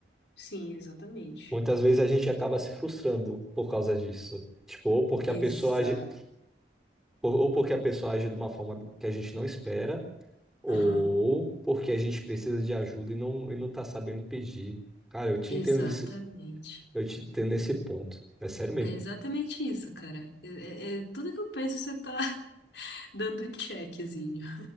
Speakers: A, on the left (about 80°); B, in the centre.
A: Sim, exatamente.
B: Muitas vezes a gente acaba se frustrando por causa disso. Tipo, ou porque
A: Exato.
B: a pessoa age, ou ou porque a pessoa age de uma forma que a gente não espera ou
A: Aham.
B: porque a gente precisa de ajuda e não, e não tá sabendo pedir. Cara, eu te
A: Exatamente.
B: entendo nisso, eu te entendo nesse ponto. É sério mesmo.
A: É exatamente isso, cara. É, é- é tudo que eu penso, você tá <laughs> dando checkzinho.